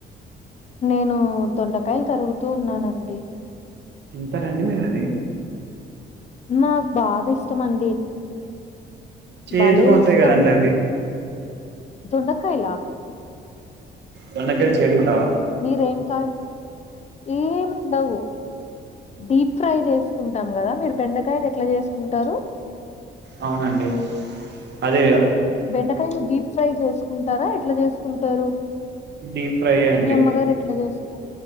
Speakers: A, on the left (about 35°); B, on the right (about 60°).
A: నేను దొండకాయలు తరుగుతూ ఉన్నానండి,
B: తింటారండి మీరు అది,
A: నాకు బాగా ఇష్టమండి,
B: చేదుగా
A: బళ్లే
B: ఉంటాయి
A: ఇష్టం
B: కదండి అవి
A: దొండకాయలా,
B: దొండకాయలు చేదు ఉండవా
A: మీరేం కా ఏం ఉండవు డీప్ ఫ్రై చేసుకుంటాం కదా మీరు బెండకాయని ఎట్లా చేసుకుంటారు.
B: అవునండి అదేవి
A: బెండకాయని డీప్ ఫ్రై చేసుకుంటారా ఎట్లా చేసుకుంటారు,
B: డీప్ ఫ్రై అండి
A: మీ అమ్మగారు ఎట్లా చేస్తారు